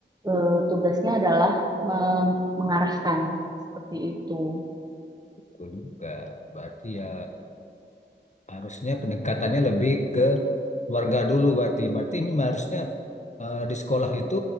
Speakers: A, on the right; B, on the left.
A: eh, tugasnya adalah meng- mengarahkan seperti itu.
B: betul juga berarti ya harusnya pendekatannya lebih ke keluarga dulu berarti berarti ini harusnya eh, di sekolah itu